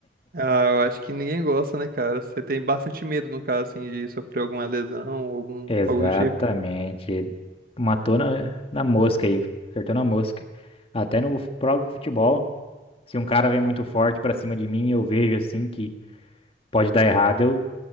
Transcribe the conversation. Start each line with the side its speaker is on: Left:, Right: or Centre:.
Right: Ah, eu acho que ninguém gosta, né, cara? Você tem bastante medo, no caso, assim, de sofrer alguma lesão ou algum,
Left: exatamente
Right: algo do tipo.
Left: matou na, na mosca aí, acertou na mosca. Até no próprio futebol, se um cara vem muito forte pra cima de mim, eu vejo assim que pode dar errado, eu